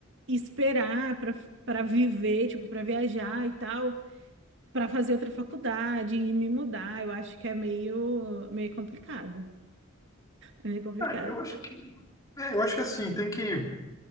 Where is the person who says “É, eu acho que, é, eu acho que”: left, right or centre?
Left